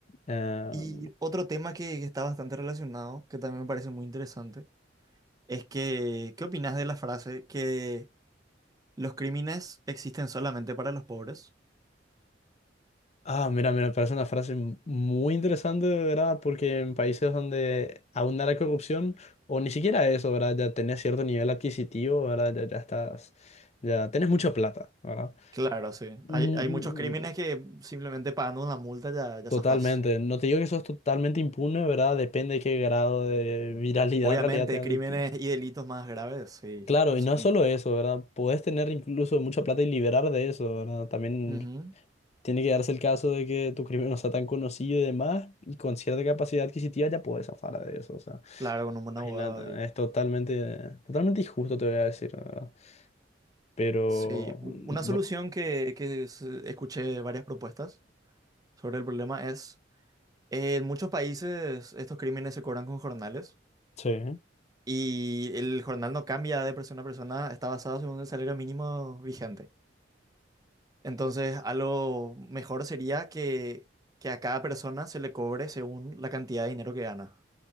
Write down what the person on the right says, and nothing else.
Y otro tema que, que está bastante relacionado, que también me parece muy interesante, es que, ¿qué opinas de la frase que los crímenes existen solamente para los pobres?
Claro, sí.
Hay, hay muchos crímenes que simplemente pagando una multa ya, ya
zafás.
Obviamente,
crímenes
y delitos más graves, sí.
Son,
Ujú.
Claro, con un buen
abogado y...
Sí, u-
una solución
que, que se- escuché varias propuestas sobre el problema es... En muchos países estos crímenes se cobran con jornales
y el jornal no cambia de persona a persona, está basado según el salario mínimo vigente. Entonces, a lo mejor sería que, que a cada persona se le cobre según la cantidad de dinero que gana.